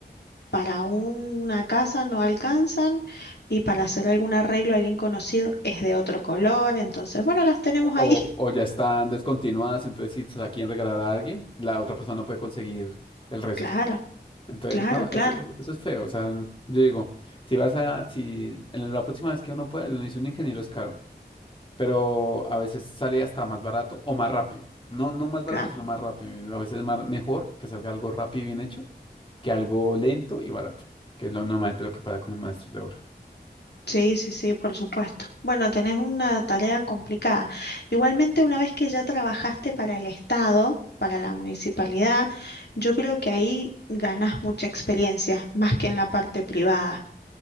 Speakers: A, on the left; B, on the left.
A: para una casa no alcanzan y para hacer algún arreglo a alguien conocido es de otro color, entonces, bueno, las tenemos
B: o,
A: ahí. <laughs>
B: o ya están descontinuadas, entonces si se la quieren regalar a alguien, la otra persona no puede conseguir el resto.
A: Claro,
B: Entonces,
A: claro,
B: no,
A: claro.
B: eso, eso es feo. O sea, yo digo, si vas a, si en la próxima vez que uno pueda, uno dice un ingeniero es caro, pero a veces sale hasta más barato o más rápido. No, no más barato,
A: Claro,
B: sino más rápido. A veces es más, mejor que salga algo rápido y bien hecho que algo lento y barato, que es lo normalmente lo que pasa con los maestros de obra.
A: sí, sí, sí, por supuesto. Bueno, tenés una tarea complicada. Igualmente, una vez que ya trabajaste para el Estado, para la municipalidad, yo creo que ahí ganás mucha experiencia, más que en la parte privada.